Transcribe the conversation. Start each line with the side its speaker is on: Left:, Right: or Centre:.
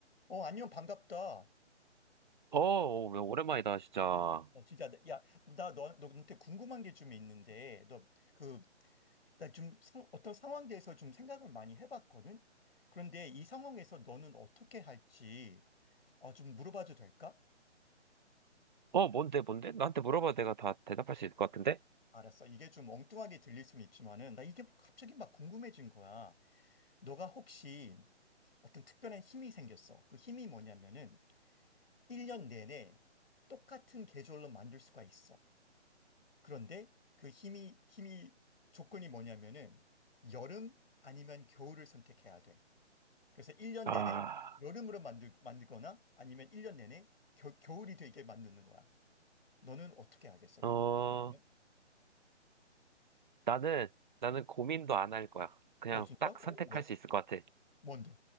Left: 어, 안녕, 반갑다.
Right: 어, 어, 야, 오랜만이다, 진짜.
Left: 어, 진짜, 나- 야, 나 너, 너한테 궁금한 게 좀 있는데, 너, 그, 나 좀 어떤 상황에 대해서 좀 생각을 많이 해봤거든? 그런데 이 상황에서 너는 어떻게 할지, 어, 좀 물어봐도 될까?
Right: 어, 뭔데, 뭔데? 나한테 물어봐도 내가 다 대답할 수 있을 것 같은데?
Left: 알았어. 이게 좀 엉뚱하게 들릴 수는 있지만은, 나 이게 뭐 갑자기 막 궁금해진 거야. 너가 혹시 어떤 특별한 힘이 생겼어. 그 힘이 뭐냐면은, 1년 내내 똑같은 계절로 만들 수가 있어. 그런데 그 힘이, 힘이 조건이 뭐냐면은 여름 아니면 겨울을 선택해야 돼. 그래서 1년
Right: 아,
Left: 내내 여름으로 만들, 만들거나 아니면 1년 내내 겨, 겨울이 되게 만드는 거야. 너는 어떻게 하겠어? 그-
Right: 어,
Left: 그렇게 되면?
Right: 나는, 나는 고민도 안 할 거야. 그냥
Left: 어, 진짜?
Right: 딱
Left: 어,
Right: 선택할
Left: 왜?
Right: 수 있을 것 같아.
Left: 뭔데?